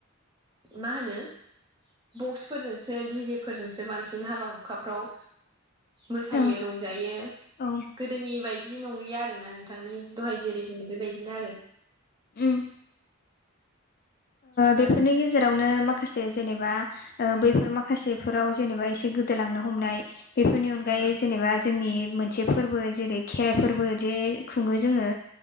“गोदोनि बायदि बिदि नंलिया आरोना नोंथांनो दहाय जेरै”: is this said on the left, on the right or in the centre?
Right